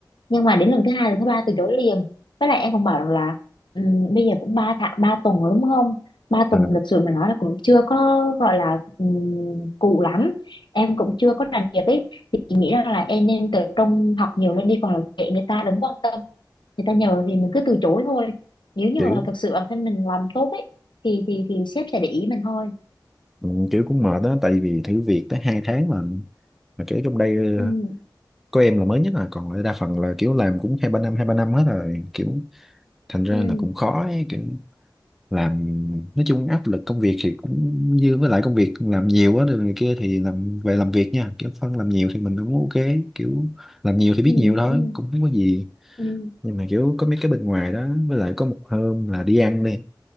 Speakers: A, on the left (about 75°); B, in the centre.
A: nhưng mà đến lần thứ hai lần thứ ba từ chối liền với lại em còn bảo rằng là ừm, bây giờ cũng ba tháng ba tuần rồi đúng không ba tuần
B: à,
A: thì thực sự mà nói là cũng chưa có gọi là um, cụ lắm em cũng chưa có làm việc ấy thì chị nghĩ rằng là em nên tập trung học nhiều lên đi còn là kệ người ta đừng quan tâm người ta nhờ thì mình cứ từ chối thôi nếu như
B: kiểu
A: mà thật sự bản thân mình làm tốt ấy thì thì thì sếp sẽ để ý mình thôi
B: ừ, kiểu cũng mệt đó tại vì thử việc tới hai tháng mà mà kiểu trong đây
A: ừ
B: ờ, có em là mới nhất là còn lại đa phần là kiểu làm cũng hai ba năm hai ba năm hết rồi kiểu thành ra
A: ừ
B: là cũng khó ấy, kiểu làm nói chung áp lực công việc thì cũng như với lại công việc làm nhiều quá rồi này kia thì làm về làm việc nha kiểu phân làm nhiều thì mình cũng ok kiểu làm nhiều thì biết
A: ừ
B: nhiều thôi
A: ừ
B: cũng không có gì
A: ừ
B: nhưng mà kiểu có mấy cái bên ngoài đó với lại có một hôm là đi ăn đi